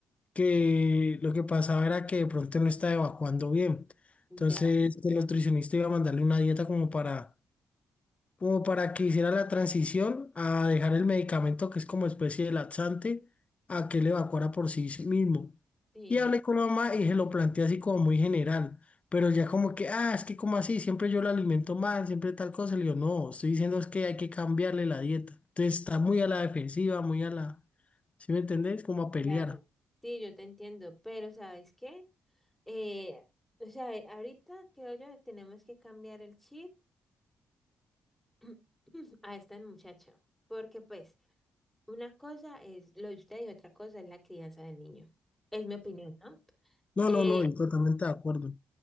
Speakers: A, on the left; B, in the centre.
A: que lo que pasaba era que de pronto no estaba evacuando bien. Entonces
B: ya,
A: el nutricionista iba a mandarle una dieta como para, como para que hiciera la transición a dejar el medicamento que es como especie de laxante a que él evacuara por sí mismo.
B: sí,
A: Y hablé con la mamá y se lo planteé así como muy general, pero ya como que, ah, es que como así, siempre yo lo alimento mal, siempre tal cosa. Le digo, no, estoy diciendo es que hay que cambiarle la dieta. Entonces está muy a la defensiva, muy a la, ¿sí me entendés? Como a pelear.
B: Claro, sí, yo te entiendo, pero ¿sabes qué? Eh, o sea, eh, ahorita creo yo tenemos que cambiar el chip <clears throat> a esta muchacha, porque pues una cosa es lo de usted y otra cosa es la crianza del niño. Es mi opinión, ¿no?
A: No,
B: Eh,
A: no, no, y totalmente de acuerdo.